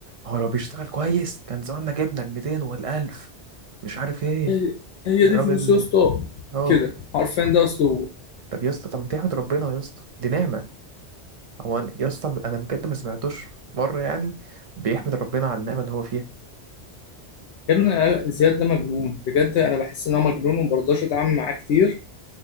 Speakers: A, on the right (about 50°); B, on the left (about 85°).
A: هو لو بيشتغل كويس كان زماننا جبنا ال 200 وال 1000 مش عارف ايه
B: هي هي
A: الراجل
B: دي فلوس يا اسطى
A: اه
B: كده عارفين ده اسلوبه
A: طب يا اسطى طب ما تحمد ربنا يا اسطى دي نعمه هو أنا- يا اسطى انا بجد ما سمعتوش مره يعني بيحمد ربنا على النعمه اللي هو فيها
B: يا ابني أنا- زياد ده مجنون بجد انا بحس ان هو مجنون وما برضاش اتعامل معاه كتير